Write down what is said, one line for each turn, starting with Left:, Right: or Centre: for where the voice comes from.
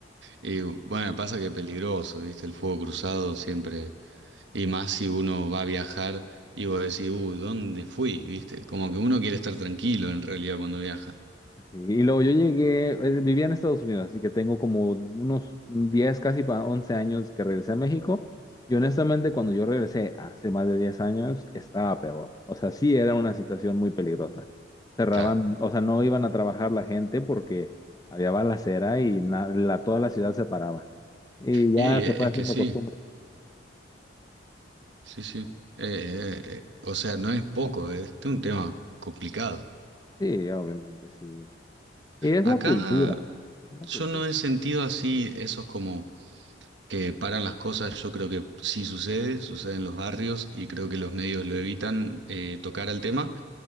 Right: Y uh, bueno, pasa que es peligroso, ¿viste? El fuego cruzado siempre. Y más si uno va a viajar y vos decís, uh, ¿dónde fui? ¿Viste? Como que uno quiere estar tranquilo en realidad cuando viaja.
Left: Sí, Y luego yo llegué, eh, vivía en Estados Unidos, así que tengo como unos diez casi pa- 11 años que regresé a México. Y honestamente, cuando yo regresé hace más de 10 años, estaba peor. O sea, sí era una situación muy peligrosa. Cerraban,
Right: Claro.
Left: o sea, no iban a trabajar la gente porque había balacera y na- la, toda la ciudad se paraba. Y ya
Right: Y eh,
Left: se fue
Right: es
Left: haciendo
Right: que sí,
Left: costumbre.
Right: sí, sí. Eh, eh, eh, o sea, no es poco, eh, este es un tema complicado.
Left: Sí, obviamente, sí. Y es
Right: Acá
Left: la cultura, es la
Right: yo
Left: cultura.
Right: no he sentido así esos como que paran las cosas, yo creo que sí sucede, sucede en los barrios y creo que los medios lo evitan eh, tocar al tema